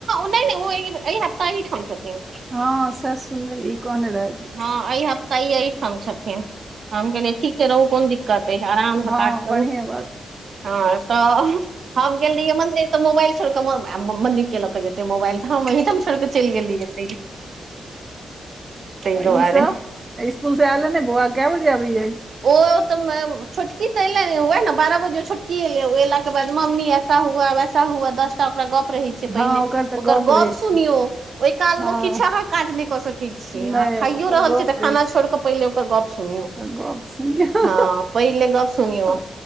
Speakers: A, on the right (about 55°); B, on the right (about 20°).
A: नहि ने ओ हप्ता ही ठाम छथिन।
B: हँ से सुनि ई कहने रहै
A: हँ अय हप्ता ई एहिठाम छथिन हम कहलियै ठीक छै रहू कोन दिक्क। त आराम से
B: हँ
A: काज
B: बढ़िएँ
A: करू
B: बात
A: हँ तऽ हम गेल रहियै मन्दिर। तऽ मोबाइल छोड़ कऽ मन्दिर के लऽ के जेते मोबाइल तऽ हम वही तम छोड़िकऽ चलि गेली एते। दुआरे
B: ई सब स्कूल से आ लेने बौआ के बजे आबै।
A: ओ तऽ---मेम छोटकी तऽ एले वेह ने बारह बजे छोटकी एले उ एलाक के बाद मम्मी ऐसा हुआ वैसा हुआ दस ओकरा गप रहै छै। पहिले
B: हँ तऽ
A: ओकर गप
B: रहै छै
A: सुनियौ ओहि कालमे
B: हँ
A: किछ अहाँ काज नहि कऽ सकै छी अहाँ
B: नहि
A: खाइयो
B: ओकर
A: रहल
B: गप
A: छी। तऽ
B: रहै
A: खाना
B: छै
A: छोड़ि कऽ पहिल ओकर गप सुनियौ
B: ओकर गप सुनियौ
A: हँ पहिले गप सुनियौ
B: ओ